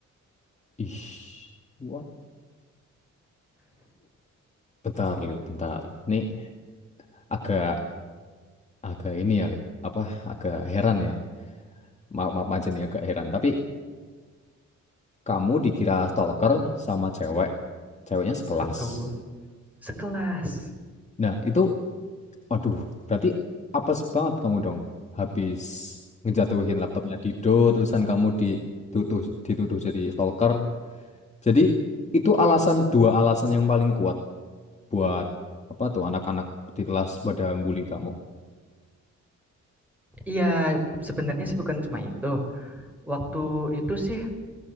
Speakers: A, on the left; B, in the centre.
A: Ih, what? Bentar, Lip, bentar. Nih agak agak ini ya, Lip. Apa agak heran ya. Maaf, maaf aja nih agak heran. Tapi kamu dikira stalker sama cewek. Ceweknya sekelas.
B: Betul, sekelas.
A: Nah, itu waduh, berarti apes banget kamu dong. Habis ngejatuhin laptopnya Dido, terusan kamu dituduh dituduh jadi stalker. Jadi itu alasan dua alasan yang paling kuat buat apa tuh anak-anak di kelas pada bully kamu.
B: Iya, sebenarnya sih bukan cuma itu. Waktu itu sih